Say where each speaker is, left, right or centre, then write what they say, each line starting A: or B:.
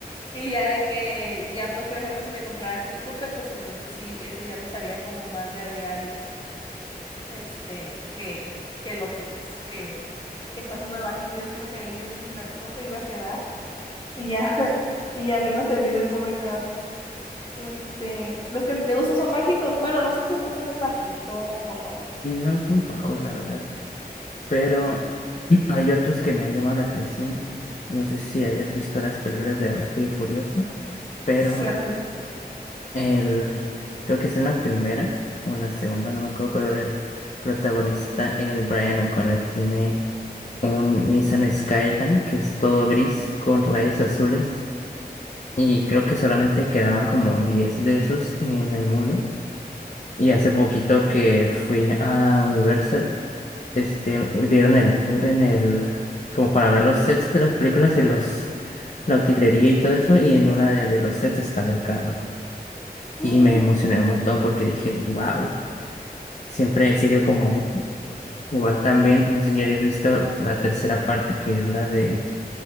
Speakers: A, on the left (about 30°); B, on the left (about 45°).
A: Y ya de que, ya pues por ejemplo, si me comprara el Mini Cooper, pues entonces sí, ese ya lo usaría como más de a diario, este, que, que el otro, pues, que, que está súper bajito. Yo siento que ahí en el primer tope iba a quedar y ya, <laughs> y ya no iba a servir el pobre carro. Este, los que te gustan son bajitos. Bueno, no sé si el Mustang es bajito o no.
B: No es muy bajo, la verdad, pero <clears throat> hay otros que me han llamado la atención. No sé si hayas visto las películas de Rápido y Furioso, pero
A: Claro que sí.
B: el, creo que es en la primera o en la segunda, no me acuerdo, pero el protagonista, el Brian O'Connor, tiene un Nissan Skyline que es todo gris con rayos azules y creo que solamente quedaban como 10 de esos en el mundo. Y hace poquito que fui a Universal, este, dieron el tour en el, como para ver los sets de las películas y los, la utilería y todo eso, y en una de, de los sets estaba el carro. Y
A: Mm.
B: me emocioné un montón porque dije, wow, siempre he querido como es. Igual también, no sé si habéis visto la tercera parte que es la de,